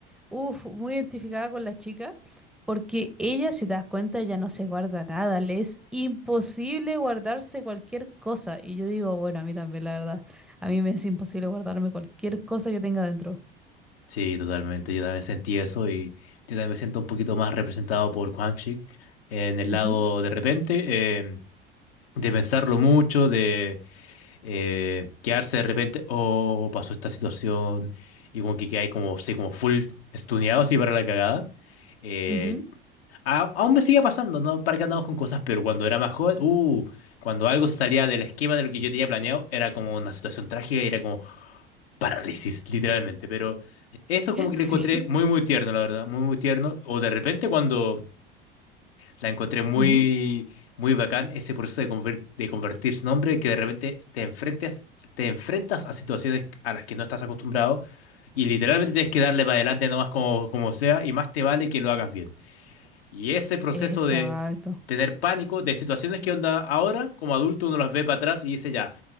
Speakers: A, in the centre; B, on the left.
A: uf, muy identificada con la chica porque ella, si te das cuenta, ya no se guarda nada, le es imposible guardarse cualquier cosa y yo digo, bueno, a mí también la verdad, a mí me es imposible guardarme cualquier cosa que tenga dentro.
B: Sí, totalmente. Yo también sentí eso y yo también me siento un poquito más representado por Quang Shik en el
A: Ujú,
B: lado de repente. de pensarlo mucho, de eh, quedarse de repente, oh, pasó esta situación, y como que quedáis como, sí, como full estuneado así para la cagada. Eh,
A: ujú.
B: a- aún me sigue pasando, ¿no? Para que andamos con cosas, pero cuando era más joven, uh, cuando algo salía del esquema de lo que yo tenía planeado, era como una situación trágica y era como parálisis, literalmente. Pero eso como
A: <laughs>
B: que
A: Sí.
B: lo encontré muy, muy tierno, la verdad, muy, muy tierno. O de repente cuando la encontré muy,
A: Ujú.
B: muy bacán ese proceso de, conver- de convertirse en hombre que de repente te enfrentes, te enfrentas a situaciones a las que no estás acostumbrado y literalmente tienes que darle para adelante nomás como, como sea y más te vale que lo hagas bien. Y ese proceso
A: Exacto.
B: de tener pánico, de situaciones que onda ahora como adulto uno las ve para atrás y dice ya,